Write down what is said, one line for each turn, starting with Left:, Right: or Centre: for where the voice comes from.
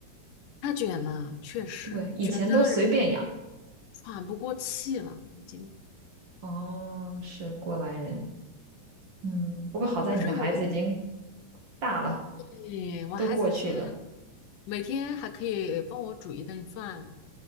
Left: 太卷了，确实卷的人都
Right: 对，以前都随便养，
Left: 喘不过气了，已经。
Right: 哦，是过来人，嗯，不过好在你的孩子已经
Left: 不是我们，
Right: 大了，
Left: 对，我孩子现在
Right: 都过去了，
Left: 每天还可以帮我煮一顿饭，